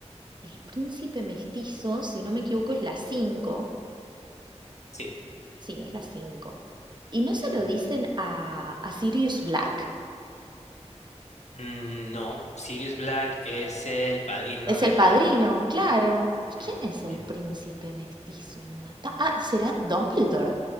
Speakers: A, on the right (about 40°); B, on the left (about 70°).
A: El príncipe mestizo, si no me equivoco, es la 5.
B: Sí.
A: Sí, es las 5. ¿Y no se
B: Ujú.
A: lo dicen a, a Sirius Black?
B: Mm, no, Sirius Black es el padrino
A: Es
B: de
A: el padrino,
B: Harry.
A: claro. ¿Y quién
B: Mm,
A: es el
B: mm.
A: príncipe mestizo? Me mata. Ah, ¿será Dumbledore?